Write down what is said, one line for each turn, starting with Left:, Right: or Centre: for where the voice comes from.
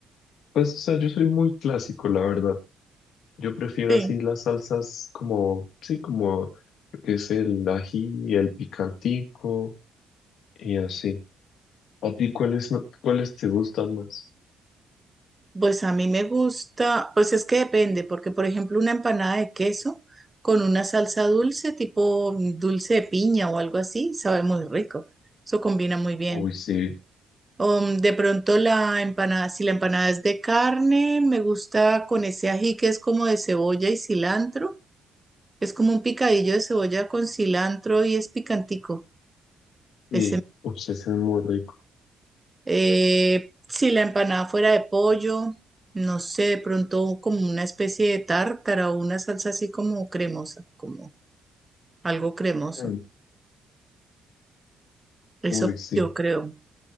Left: Pues o sea, yo soy muy clásico, la verdad. Yo prefiero
Right: Sí.
Left: así las salsas como, sí, como lo que es el ají y el picantico y así. ¿A ti cuáles, no- cuáles te gustan más?
Right: Pues a mí me gusta, pues es que depende, porque por ejemplo una empanada de queso con una salsa dulce, tipo mm, dulce de piña o algo así, sabe muy rico. Eso combina muy bien.
Left: Uy, sí,
Right: O, mm, de pronto la empanada, si la empanada es de carne, me gusta con ese ají que es como de cebolla y cilantro. Es como un picadillo de cebolla con cilantro y es picantico.
Left: sí,
Right: Ese
Left: uy, se hacen muy rico.
Right: Eh, si la empanada fuera de pollo, no sé, de pronto como una especie de tártara o una salsa así como cremosa, como algo cremoso.
Left: Mm,
Right: Eso
Left: Uy, sí,
Right: yo creo.